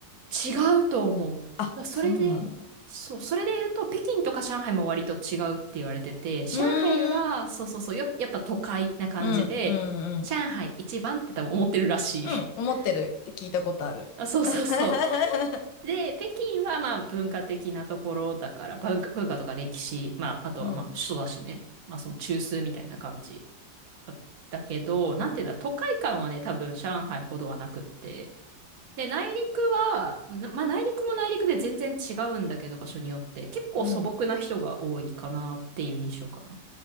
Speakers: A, on the right; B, on the left.
A: 違うと思う。
B: あ、
A: だそれで、
B: そうなんだ。
A: そう、それで言うと、北京とか上海も割と違うって言われてて、上海は、
B: うーん、
A: そうそうそう、やっやっぱ都会な感じで、
B: うん、うん、
A: 上海一番って多分思ってるらしい。
B: うん。うん、
A: <laughs>
B: 思ってるって聞いたことある。
A: あ、そうそうそ
B: <laughs>
A: う。で、北京はまあ文化的なところだから、文化、文化とか歴史、まああとはまあ首都だしね。
B: うん、
A: まあその中枢みたいな感じだだけど、なんていうんだろう、都会感はね、多分上海ほどはなくって。で、内陸は、なまあ内陸も内陸で全然違うんだけど、場所によって、結構素朴な人が多いかなっていう印象かな。
B: うん。